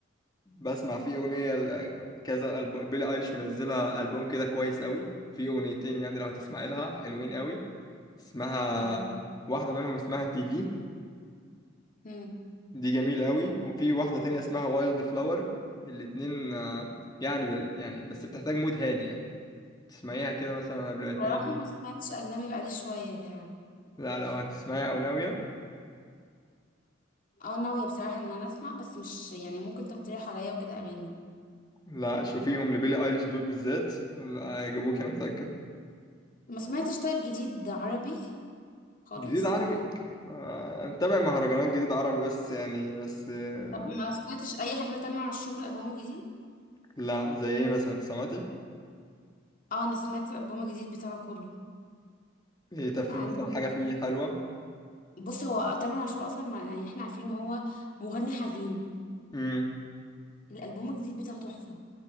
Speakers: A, on the left; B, on the left.
A: بسمع في أغنية ل- كذا ألب- بيلي أيليش منزلة ألبوم كده كويس قوي في أغنيتين يعني لو هتسمعي لها حلوين قوي اسمها
B: اه
A: واحدة منهم اسمها تي في
B: امم
A: دي جميلة قوي وفي واحدة تانية اسمها وايلد فلاور الاتنين آه، يعني بال- يعني بس بتحتاج مود هادي يعني تسمعيها كده مثلا قبل ما
B: بصراحه
A: تنامي
B: ما سمعتش اجنبي بقالي شويه يعني
A: لا لو هتسمعيها أو ناوية
B: اه ناويه بصراحه ان انا اسمع بس مش يعني ممكن تقترح عليا وكده اغاني
A: لا شوفيهم لبيلي أيليش دول بالذات لا، هيعجبوك أنا متأكد
B: ما سمعتش طيب جديد عربي خالص
A: جديد عربي آه، متابع مهرجانات جديد عربي بس يعني بس آه،
B: طب ما سمعتش اي حاجه لتامر عاشور من الالبوم الجديد
A: لا زي ايه مثلا انت سمعتي
B: اه انا سمعت الالبوم الجديد بتاعه كله
A: ايه طب في
B: عنده
A: مثلا حاجة فيه حلوة
B: بص هو تامر عاشور اصلا ما- يعني احنا عارفين ان هو مغني حزين
A: امم
B: الالبوم الجديد بتاعه تحفه